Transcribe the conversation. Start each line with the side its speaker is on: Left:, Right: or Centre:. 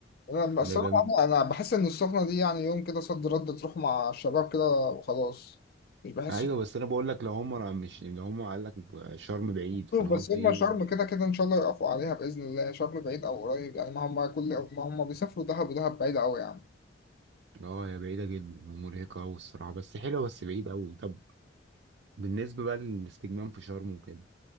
Left: أنا الصراحة
Right: ده ده
Left: أنا أنا بحس إن السخنة دي يعني يوم كده صد رد تروح مع الشباب كده وخلاص مش بحس
Right: ايوه بس انا بقول لك لو هم مش لو هم قال لك شرم بعيد فانا
Left: شوف بس
Right: قصدي
Left: هما
Right: ايه
Left: شرم كده
Right: إن-
Left: كده ان شاء الله يقفوا عليها باذن الله شرم بعيد او قريب يعني ما هم كل ما هم بيسافروا دهب ودهب بعيده قوي يا عم
Right: اه هي بعيده جدا ومرهقه قوي الصراحه بس حلوه بس بعيد قوي طب بالنسبه بقى للاستجمام في شرم وكده